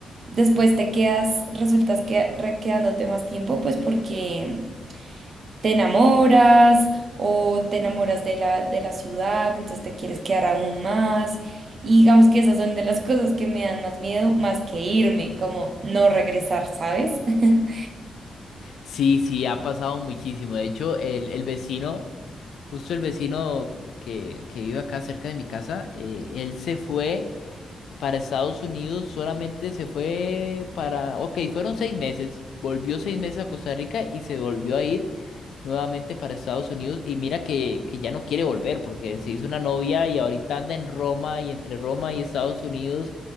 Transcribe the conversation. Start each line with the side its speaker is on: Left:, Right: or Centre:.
Right: después te quedas, resultas que, re- quedándote más tiempo pues porque te enamoras o te enamoras de la, de la ciudad, entonces te quieres quedar aún más. Y digamos que esas son de las cosas que me dan más miedo, más que irme, como no regresar, ¿sabes? <laughs>
Left: Sí, sí, ha pasado muchísimo, de hecho, el, el vecino, justo el vecino que, que vive acá cerca de mi casa, eh, él se fue. para Estados Unidos solamente se fue para, ok, fueron seis meses, volvió seis meses a Costa Rica y se volvió a ir nuevamente para Estados Unidos y mira que, que ya no quiere volver porque se hizo una novia y ahorita anda en Roma y entre Roma y Estados Unidos